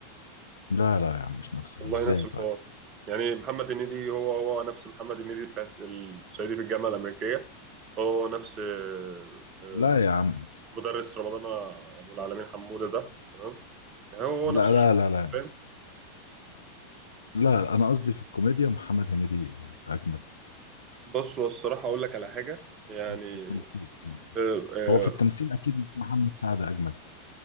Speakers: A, on the left (about 85°); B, on the right (about 35°).
A: لا لا يا عم مش نفسه
B: والله
A: ازاي
B: نفس الحوار
A: طيب
B: يعني محمد هنيدي هو هو نفس محمد هنيدي بتاع الصعيدي في الجامعه الامريكيه هو نفس آه، آه،
A: لا يا عم
B: مدرس رمضان ابو العالمين حموده ده تمام يعني هو هو
A: لا
B: نفس الشغل
A: لا لا لا
B: فاهم
A: لا انا قصدي في الكوميديا محمد هنيدي اجمد
B: بص هو الصراحه اقول لك على حاجه يعني
A: مش في التمثيل
B: آه، آه،
A: هو في التمثيل اكيد محمد سعد اجمد